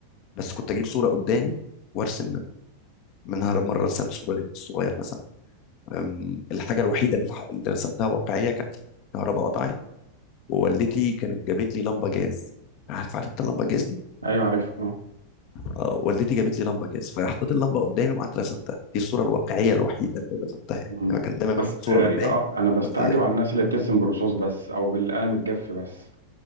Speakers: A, on the left; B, on the right.
A: بس كنت اجيب صوره قدامي وارسم من- منها مره رسمت صوره لابن الصغير مثلا أم، الحاجه الوحيده اللي اللي رسمتها واقعيه كانت الكهرباء قطعت ووالدتي كانت جابت لي لمبه جاز عارف عارف انت اللمبه جاز دي
B: ايوه عارف اه
A: آه، والدتي جابت لي لمبه جاز فحطيت اللمبه قدامي وقعدت رسمتها دي الصوره الواقعيه الوحيده اللي رسمتها يعني
B: مم.
A: انا كان دايما
B: بس
A: احط صوره
B: غريبة
A: قدامي
B: اه انا بستعجب
A: وارسم زيها
B: على الناس اللي بترسم بالرصاص بس او بالقلم الجاف بس